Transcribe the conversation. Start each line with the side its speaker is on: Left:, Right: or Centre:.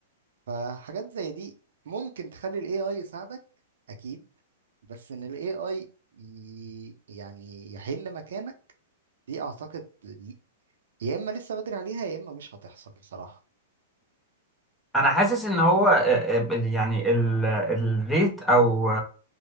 Right: فحاجات زي دي ممكن تخلي ال AI يساعدك أكيد بس إن ال AI ي... يعني يحل مكانك دي أعتقد ل- يا إما لسه بدري عليها يا إما مش هتحصل بصراحة
Centre: انا حاسس ان هو آه، آه، يعني ال- الريت او